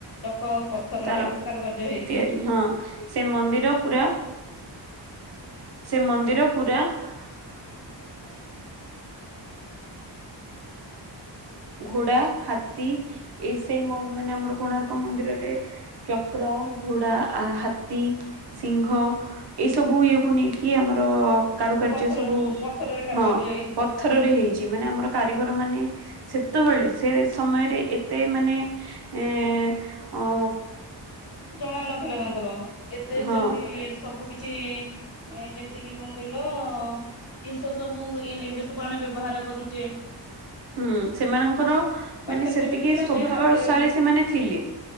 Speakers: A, on the left (about 55°); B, on the right (about 60°).
A: ଚକ ଆଉ ପ ପଥରରେ
B: ତାର
A: କାରୁକାର୍ଯ୍ୟ ହେଇଚି।
B: ତିଆରି ହଁ ସେ ମନ୍ଦିର ପୁରା ସେ ମନ୍ଦିର ପୁରା <unintelligible> <inaudible> ଘୋଡା ହାତୀ ଏଇ ସେଇ ମୋ ମାନେ ଆମର କୋଣାର୍କ ମନ୍ଦିରରେ ଚକ୍ର ଘୋଡା ଆ ହାତୀ ସିଂଘ ଏଇ ସବୁ ଇଏ କୁ ନେଇକି ଆମର କାରୁକାର୍ଯ୍ୟ
A: ପଥରର
B: ସବୁ
A: ପଥରରେ କାରୁକାର୍ଯ୍ୟ
B: ହଁ
A: ହେଇଛି।
B: ପଥରରେ ହେଇଚି ମାନେ ଆମର କାରିଗର ମାନେ ସେତେବେଳେ ସେ ସମୟରେ ଏତେ ମାନେ ଏଁ ଅଁ
A: ଜଣା ନଥିଲା ତାଙ୍କର ଏତେ
B: ହଁ
A: ସେମିତି ସବୁ କିଛି ଏଁ ଯେମିତି କି କଁ କହିଲ ଜିନିଷ ସବୁ ଏମ ଏବେ ସବୁ ଆମେ ବ୍ୟବହାର କରୁଚେ।
B: ହୁଁ ସେମାନଙ୍କର
A: ପାଖରେ
B: ମାନେ ସେତିକି
A: ସେମିତି ଥିଲା
B: ସ୍ୱଭାବଳଶାଳୀ
A: ସେ ହାତରେ
B: ସେମାନେ ଥିଲେ।